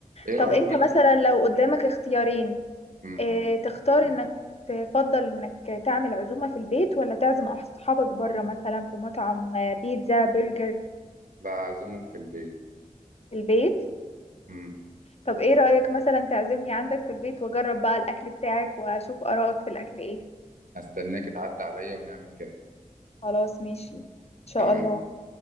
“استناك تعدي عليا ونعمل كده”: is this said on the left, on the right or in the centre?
Right